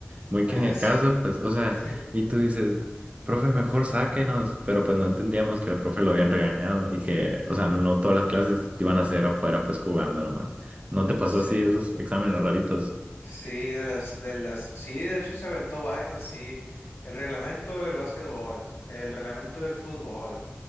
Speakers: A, on the right; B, on the left.
A: muy que
B: Ah,
A: ni el
B: sí.
A: caso, pues, o sea,
B: <laughs>
A: y tú dices, profe, mejor sáquenos, pero pues no entendíamos que el profe lo habían regañado y que, o sea, no todas las clases iban a ser afuera, pues jugando nomás. ¿No te pasó
B: Sí,
A: así esos exámenes raritos?
B: sí, de las, de las, sí, de hecho se aventó varias así, el reglamento del básquetbol, el reglamento del fútbol,